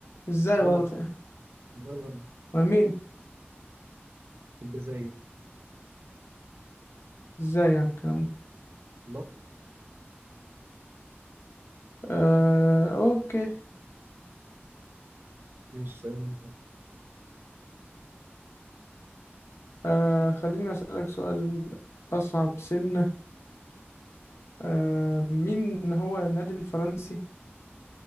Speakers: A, on the left; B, on the right.
A: ازاي
B: غلط
A: غلط يعني
B: لا غلط
A: امال مين
B: في الجزائر
A: ازاي يعني الكلام ده
B: الله
A: آه اوكي
B: ماشي سؤال أنت
A: آه خليني أسألك سؤال أصعب سنة آه مين هو النادي الفرنسي